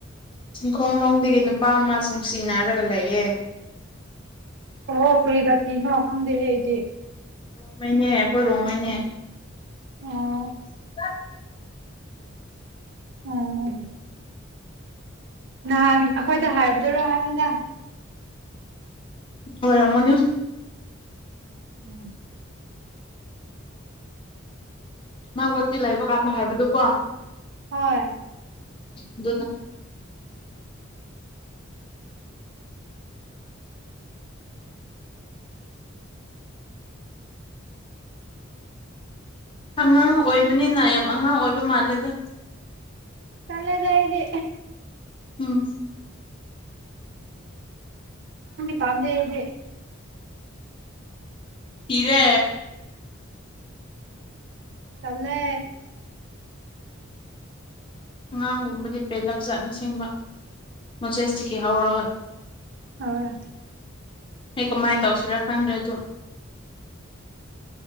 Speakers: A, on the left; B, on the right.
A: ꯆꯤꯡꯈꯣꯡꯂꯣꯡꯗꯒꯤ ꯅꯨꯄꯥ ꯑꯃ ꯅꯨꯡꯁꯤꯅꯔꯒ ꯂꯩꯑꯦ
B: ꯑꯣ ꯀꯔꯤꯗ ꯖꯥꯇꯤꯅꯣ ꯈꯪꯗ ꯑꯩꯗꯤ
A: ꯔꯣꯡꯃꯩꯅꯦ ꯑꯩꯈꯣꯏ ꯔꯣꯡꯃꯩꯅꯦ <inaudible> <unintelligible>
B: ꯑꯣ ꯎꯝ ꯎꯝ ꯅꯍꯥꯟ ꯑꯩꯈꯣꯏꯗ ꯍꯥꯏꯕꯗꯨꯔꯣ ꯍꯥꯏꯅꯤꯗ
A: ꯍꯣꯏ ꯑꯃꯅ
B: ꯎꯝ
A: ꯃꯥꯒꯣꯠꯇꯤ ꯂꯩꯕ ꯀꯥꯟꯗ ꯍꯥꯏꯕꯗꯨꯀꯣ
B: ꯍꯣꯏ
A: ꯑꯗꯨꯅ ꯑꯉꯥꯡ ꯑꯣꯏꯕꯅꯤꯅ ꯌꯥꯝ ꯑꯉꯥꯡ ꯑꯣꯏꯕ ꯃꯥꯜꯂꯦꯗ
B: ꯇꯜꯂꯦꯗ ꯑꯩꯗꯤ
A: ꯎꯝ
B: ꯄꯝꯗꯦ ꯑꯩꯗꯤ
A: ꯏꯔꯦ
B: ꯇꯜꯂꯦ
A: ꯑꯉꯥꯡꯒꯨꯝꯕꯗꯤ ꯄꯦꯜꯂꯝꯖꯥꯠꯅꯆꯤꯡꯕ ꯃꯣꯖꯦꯁꯇꯒꯤ ꯍꯧꯔꯒ
B: ꯍꯣꯏ
A: ꯀꯃꯥꯏꯅ ꯇꯧꯁꯤꯔꯥ ꯈꯪꯗ꯭ꯔꯦ ꯑꯗꯨ